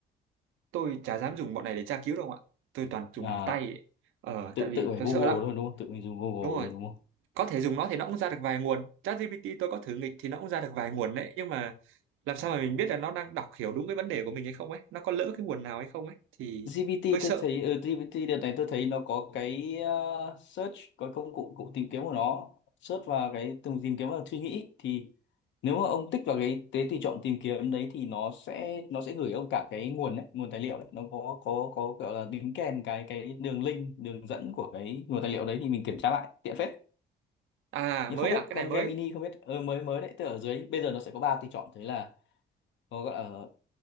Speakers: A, on the right; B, on the left.
A: tôi chả dám dùng bọn này để tra cứu đâu ạ tôi toàn dùng
B: à
A: bằng tay ấy. ờ
B: tự
A: tại vì
B: tự phải
A: tôi
B: Google
A: sợ lắm
B: thôi đúng không tự mình dùng Google
A: đúng rồi
B: rồi đúng không
A: có thể dùng nó thì nó cũng ra được vài nguồn ChatGPT tôi có thử nghịch thì nó cũng ra được vài nguồn đấy nhưng mà làm sao mà mình biết là nó đang đọc hiểu đúng cái vấn đề của mình hay không ấy nó có lỡ cái nguồn nào hay không ấy thì
B: GPT
A: hơi sợ
B: tôi thấy ở GPT đợt này tôi thấy nó có cái ờ, search có công cụ cụ tìm kiếm của nó search và cái từng tìm kiếm và suy nghĩ thì nếu mà ông tích vào cái cái tùy chọn tìm kiếm đấy thì nó sẽ nó sẽ gửi ông cả cái nguồn đấy nguồn tài liệu đấy nó có có có kiểu là đính kèm cái cái đường link đường dẫn của cái nguồn tài liệu đấy thì mình kiểm tra lại tiện phết
A: à
B: nhưng
A: mới
B: không biết
A: à cái
B: con
A: này mới
B: Gemini không biết ờ, mới mới đấy tức ở dưới bây giờ nó sẽ có ba tùy chọn thế là có gọi là